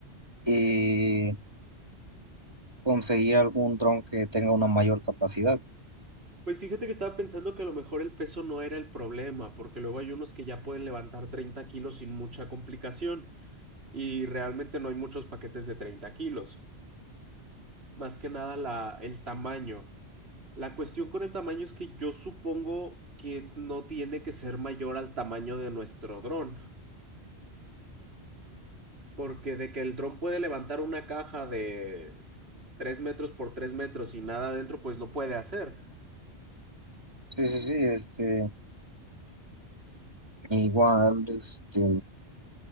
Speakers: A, on the right (about 20°); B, on the right (about 60°).
A: eh, conseguir algún dron que tenga una mayor capacidad.
B: Pues fíjate que estaba pensando que a lo mejor el peso no era el problema, porque luego hay unos que ya pueden levantar 30 kilos sin mucha complicación y realmente no hay muchos paquetes de 30 kilos, más que nada la, el tamaño. La cuestión con el tamaño es que yo supongo que no tiene que ser mayor al tamaño de nuestro dron, porque de que el dron puede levantar una caja de 3 metros por 3 metros y nada adentro, pues lo puede hacer.
A: Sí, sí, sí, este, igual, este,